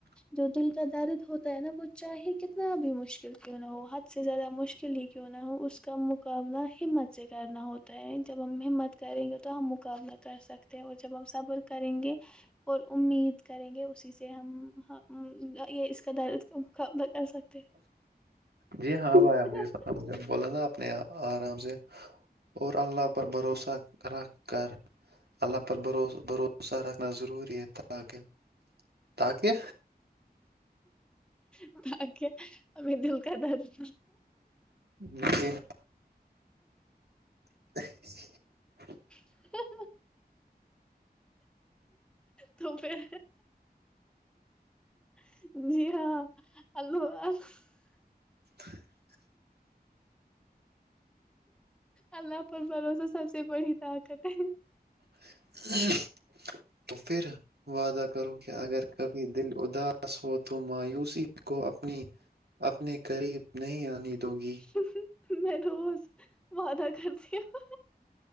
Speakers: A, in the centre; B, on the right (about 75°).
A: جو دل دارد ہوتا ہے نا وہ چاہے کتنا بھی مشل مشکل کیوں نہ ہو حد سے زیادہ مشکل ہی کیوں نہ ہو اس مقابلہ ہمت سے کرنا ہوتا ہے جب ہمت کریں گے تو ہم مقابلہ کر سکتے ہیں اور جب ہم صبر کریں گے اور امید کریں گے اسی سے ہم یہ اس کا درد کر سکتے
B: جی ہاں اب ایا
A: ہیں
B: مجھ بول نا آپ اپنے آرام سے اور اللہ پر بھروسہ رکھ کر اللہ پر بھرو بھروسہ رکھنا ضروری ہے تاکہ تاکہ
A: <inaudible> اگے ہمیں دل کا در <inaudible>
B: مجھے <inaudible>
A: <inaudible> تو پھر <inaudible>
B: <inaudible>
A: اللہ پر بھروسا سب سے بڑی طاقت ہے
B: <inaudible> تو پھر وعدہ کرو کہ اگر کبھی دل ادا اس ہو تو مایوسی کو اپنی اپنے قریب نہیں آنی دو گی
A: <inaudible> میں روز وعدہ کرتی ہوں